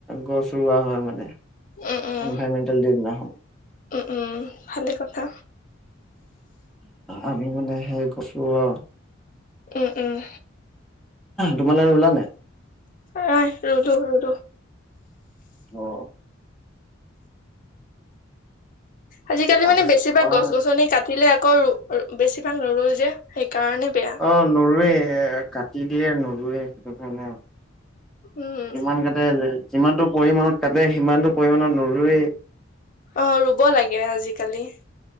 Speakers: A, in the centre; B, on the left.
A: গছ ৰৱোৱা হয় মানে
B: উম উম
A: এনভাইৰনমেণ্ট দে দিনা খন।
B: উম উম ভালে কথা।
A: আমি মানে সেই গছো অ
B: উম উম
A: তোমালোকে ৰুলা নাই?
B: নাই ৰুলোঁ ৰুলোঁ
A: অ
B: আজিকালি
A: তাৰপিছত
B: মানে বেছিভাগ
A: কোৱা
B: গছ গছনি কাটিলে কৰোঁ বেছিভাগ নুৰো যে সেইকাৰণে বেয়া
A: অ নোৰোৱে কাটি দিয়ে ন ৰুৱে সেইটো কাৰণে। যিমান
B: উম
A: কেইটা যে যিমানটো পৰিমাণত কাটে সিমানটো পৰিমণত নুৰুৱেই
B: অ ৰুব লাগে আজিকালি।